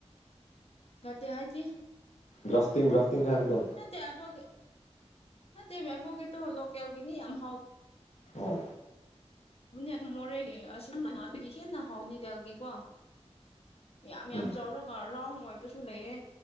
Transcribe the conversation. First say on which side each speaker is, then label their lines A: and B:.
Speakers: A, on the left; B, on the left.
A: ꯀꯠꯇꯦ ꯍꯥꯏꯗꯤ
B: ꯭ꯔꯁꯇꯤꯡ ꯔꯁꯇꯤꯡ ꯍꯥꯏꯕꯗꯣ
A: ꯅꯠꯇꯦ ꯑꯦꯕꯣꯒꯦ ꯅꯠꯇꯦꯃꯤ ꯑꯦꯕꯣꯀꯦꯇꯣ ꯂꯣꯀꯦꯜꯒꯅꯤ ꯌꯥꯝ ꯍꯥꯎ
B: ꯑꯣ
A: ꯅꯦ ꯑꯗꯨꯝ ꯃꯣꯔꯦꯒꯤ ꯑꯁꯤꯅ ꯑꯗꯨꯒꯤ ꯍꯦꯟꯅ ꯍꯥꯎꯅꯤ ꯇꯦꯜꯒꯤ ꯀꯣ ꯌꯥꯝ ꯌꯥꯝ
B: ꯎꯝ
A: ꯆꯥꯎꯔꯒ ꯔꯥꯎꯟꯗ ꯑꯣꯏꯕꯁꯨ ꯂꯩꯌꯦ